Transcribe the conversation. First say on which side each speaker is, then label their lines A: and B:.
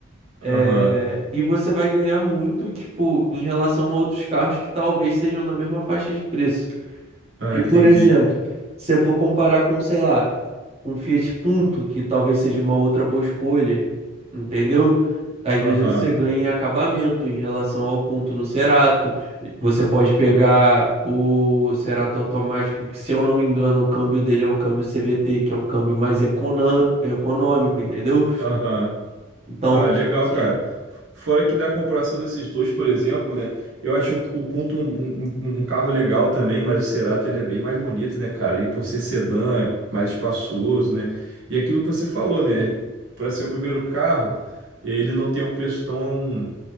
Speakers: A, on the right (about 30°); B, on the right (about 70°).
A: É,
B: aham.
A: e você vai ganhar muito, tipo, em relação a outros carros que talvez sejam na mesma faixa de preço.
B: Ah,
A: E,
B: entendi.
A: por exemplo, se você for comparar com, sei lá, com Fiat Punto, que talvez seja uma outra boa escolha, entendeu? Às vezes
B: Aham,
A: você ganha em acabamento em relação ao Punto no Cerato. Você pode pegar o Cerato automático, que, se eu não me engano, o câmbio dele é o câmbio CVT, que é um câmbio mais econo- econômico,
B: Ah,
A: entendeu?
B: aham.
A: Então,
B: Ah, legal,
A: tipo, sim.
B: cara. Fora que na comparação desses dois, por exemplo, né? Eu acho o Punto um, um- um um carro legal também, mas o Cerato ele é bem mais bonito, né, cara? E por ser sedã, é mais espaçoso, né? E aquilo que você falou, né? Para ser o primeiro carro, ele não tem um preço tão